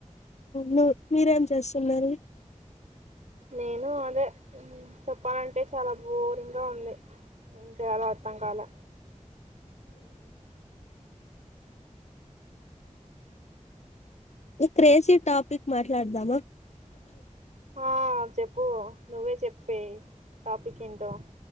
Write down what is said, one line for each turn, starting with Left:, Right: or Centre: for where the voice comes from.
Left: నువ్ మీరేం చేస్తున్నారు
Right: నేను అదే చెప్పాలంటే చాలా బోరింగ్ గా ఉంది ఏం చేయాలో అర్ధం కాలే మ్మ్
Left: క్రేజీ టాపిక్ మాట్లాడదమా
Right: ఆ చెప్పు నువ్వే చెప్పేయి టాపిక్ ఏంటో